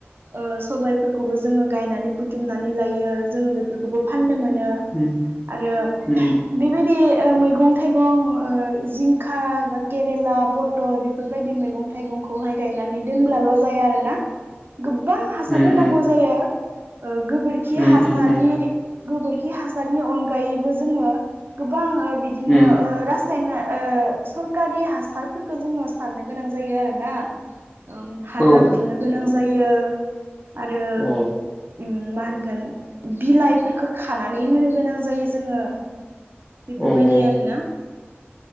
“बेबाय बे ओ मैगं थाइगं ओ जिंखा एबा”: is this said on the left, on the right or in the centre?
Right